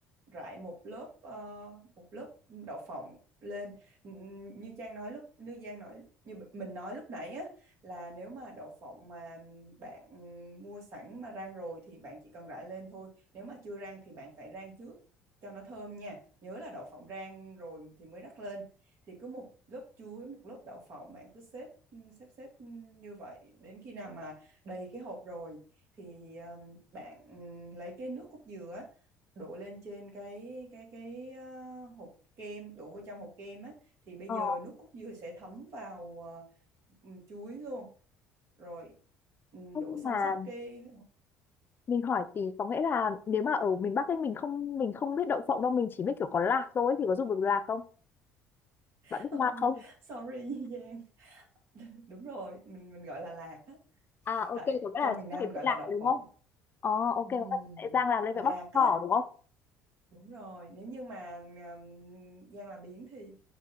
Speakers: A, on the right (about 50°); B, on the left (about 35°).
A: rải một lớp ờ, một lớp đậu phộng lên Ừm, như Trang nói lúc như Giang nói như mình nói lúc nãy á là nếu mà đậu phộng mà bạn mua sẵn mà rang rồi thì bạn chỉ cần rải lên thôi nếu mà chưa rang thì bạn phải rang trước cho nó thơm nha nhớ là đậu phộng rang rồi thì mới rắc lên thì cứ một lớp chuối một lớp đậu phộng bạn cứ xếp ừ, xếp xếp ừ, như vậy đến khi nào mà đầy cái hộp rồi thì um, bạn ừ, lấy cái nước cốt dừa á, đổ lên trên cái cái cái ờ, hộp kem đổ vào trong hộp kem á thì bây
B: Ờ,
A: giờ nước cốt dừa sẽ thấm vào ờ, ừm, chuối luôn rồi ừm,
B: thế
A: đổ
B: nhưng
A: xăm
B: mà
A: xắp cái
B: mình hỏi tí có nghĩa là nếu mà ở miền Bắc ấy mình không mình không biết đậu phộng đâu mình chỉ biết kiểu có lạc thôi thì có dùng được lạc không?
A: <laughs>
B: Bạn biết lạc không?
A: sorry Giang đúng rồi mình mình gọi là lạc á
B: À ok
A: tại
B: có nghĩa
A: trong
B: là
A: miền Nam
B: các cái
A: mình gọi
B: viên lạc
A: là đậu
B: này đúng
A: phộng
B: không? Ờ ok
A: Ừm,
B: có nghĩa là sẽ rang lạc lên
A: Đà
B: với
A: Lạt
B: bắp
A: á
B: cỏ đúng không?
A: Đúng rồi, nếu như mà um, Giang làm biếng thì